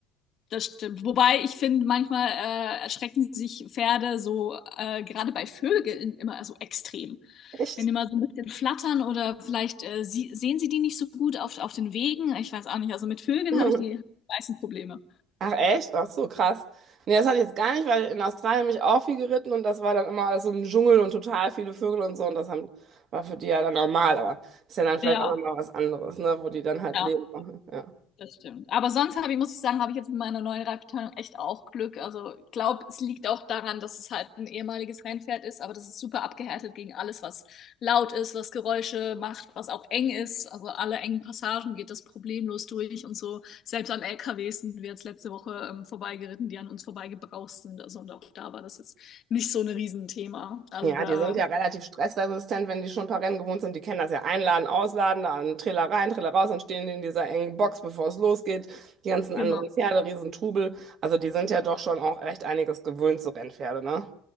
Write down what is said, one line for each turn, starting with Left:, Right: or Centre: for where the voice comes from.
Left: das stimmt. Wobei ich finde, manchmal äh, erschrecken sich Pferde so, äh, gerade bei Vögeln, immer so extrem.
Right: Echt?
Left: Wenn die mal so ein bisschen flattern oder vielleicht äh, sie, sehen sie die nicht so gut auf, auf den Wegen. Ich weiß auch nicht. Also mit Vögeln
Right: <laughs>
Left: habe ich die meisten Probleme.
Right: Ach, echt? Ach so, krass. Nee, das hatte ich jetzt gar nicht, weil in Australien bin ich auch viel geritten und das war dann immer alles so ein Dschungel und total viele Vögel und so und das haben, war für die ja dann normal, aber ist ja dann vielleicht
Left: Ja,
Right: auch nochmal was anderes, ne? Wo die dann halt
Left: ja.
Right: leben. Ja.
Left: Das stimmt. Aber sonst habe ich, muss ich sagen, habe ich jetzt mit meiner neuen Reitbeteiligung echt auch Glück. Also ich glaube, es liegt auch daran, dass es halt ein ehemaliges Rennpferd ist, aber das ist super abgehärtet gegen alles, was laut ist, was Geräusche macht, was auch eng ist. Also alle engen Passagen geht das problemlos durch und so. Selbst an LKWs sind wir jetzt letzte Woche ähm, vorbeigeritten, die an uns vorbeigebraust sind. Also und auch da war das jetzt nicht so ein Riesenthema. Also
Right: Ja,
Left: da,
Right: die sind ja relativ stressresistent, wenn die schon ein paar Rennen gewohnt sind. Die kennen das ja einladen, ausladen, dann Trailer rein, Trailer raus, dann stehen die in dieser engen Box, bevor es losgeht. Die ganzen anderen
Left: genau.
Right: Pferde, Riesentrubel. Also die sind ja doch schon auch recht einiges gewöhnt, so Rennpferde, ne?